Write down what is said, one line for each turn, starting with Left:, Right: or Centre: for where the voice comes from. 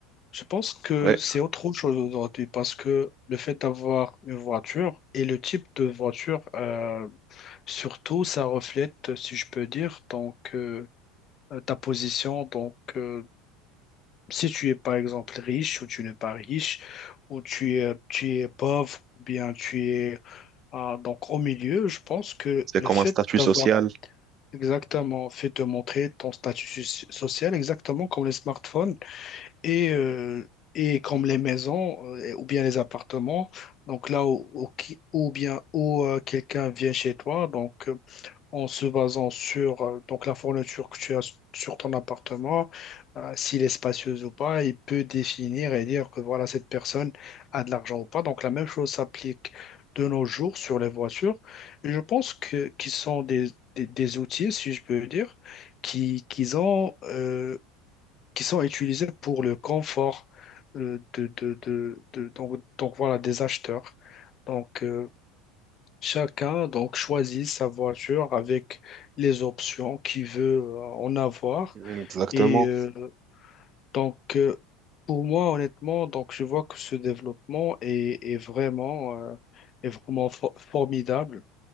Left: Je pense que
Right: ouais,
Left: c'est autre chose aujourd'hui parce que le fait d'avoir une voiture et le type de voiture, euh, surtout, ça reflète, si je peux dire, donc euh, euh, ta position. Donc, euh, si tu es par exemple riche ou tu n'es pas riche, ou tu es, tu es pauvre, ou bien tu es ah, donc au milieu, je pense que
Right: c'est
Left: le
Right: comme
Left: fait
Right: un statut
Left: d'avoir
Right: social.
Left: exactement fait te montrer ton statut soci- social, exactement comme les smartphones et, euh, et comme les maisons euh, ou bien les appartements, donc là où, où qui- ou bien où euh, quelqu'un vient chez toi, donc euh, en se basant sur euh, donc la fourniture que tu as s- sur ton appartement, euh, s'il est spacieux ou pas, il peut définir et dire que voilà, cette personne a de l'argent ou pas. Donc la même chose s'applique de nos jours sur les voitures. Et je pense que qu'ils sont des, des, des outils, si je peux dire, qui, qu'ils ont. euh, qui sont utilisés pour le confort euh, de, de- de- de- donc, donc voilà, des acheteurs. Donc euh, chacun donc choisit sa voiture avec les options qu'il veut euh, en avoir.
Right: Exactement.
Left: Et euh, donc euh, pour moi honnêtement donc je vois que ce développement est, est vraiment euh, est vraiment fo- formidable.